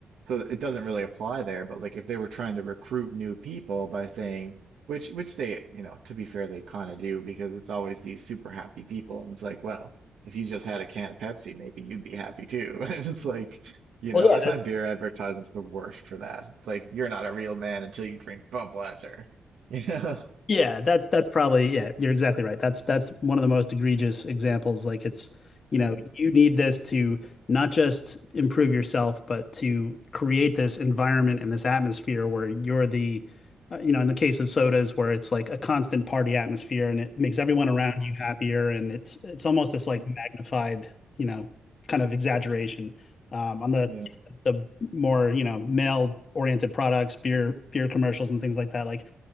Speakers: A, on the right; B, on the left.
A: so it doesn't really apply there. But like if they were trying to recruit new people by saying, which, which they, you know, to be fair, they kind of do because it's always these super happy people. And it's like, well, if you just had a can of Pepsi, maybe you'd be happy too. <laughs> And it's like, you
B: Well,
A: know, I
B: yeah, that,
A: find beer advertisements the worst for that. It's like, you're not a real man until you drink Budweiser, you know?
B: Yeah, that's that's probably yeah, you're exactly right. That's that's one of the most egregious examples. Like it's, you
A: <laughs>
B: know, you need this to not just improve yourself, but to create this environment and this atmosphere where you're the, uh, you know, in the case of sodas where it's like a constant party atmosphere and it makes everyone around
A: Mm.
B: you happier and it's it's almost this
A: Mm,
B: like magnified, you know, kind of exaggeration. Um, on the
A: yeah,
B: the more, you know, male oriented products, beer beer commercials and things like that, like